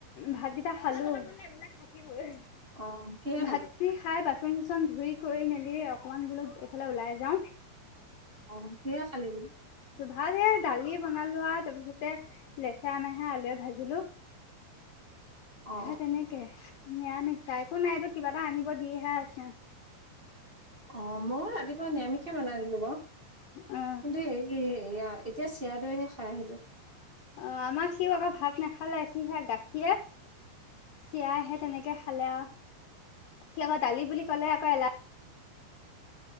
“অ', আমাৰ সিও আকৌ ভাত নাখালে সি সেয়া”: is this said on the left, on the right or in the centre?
Left